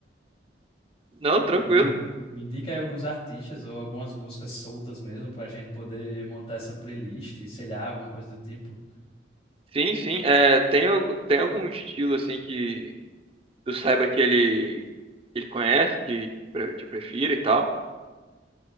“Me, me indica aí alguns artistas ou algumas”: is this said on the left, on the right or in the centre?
Left